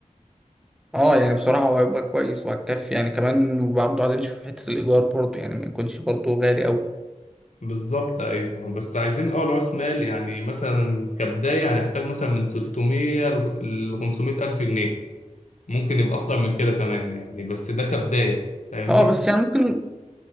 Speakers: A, in the centre; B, on the left.
A: اه يعني بصراحة هو هيبقى كويس وهتكفي يعني كمان برضه عايزين نشوف حتة الإيجار برضه يعني ما يكونش برضه غالي أوي
B: بالظبط ايوه بس عايزين اول راس مال يعني مثلا كبدايه هنحتاج مثلا من 300 ل 500 الف جنيه ممكن يبقى اكتر من كده كمان يعني بس ده كبدايه فاهمني
A: اه بس يعني ممكن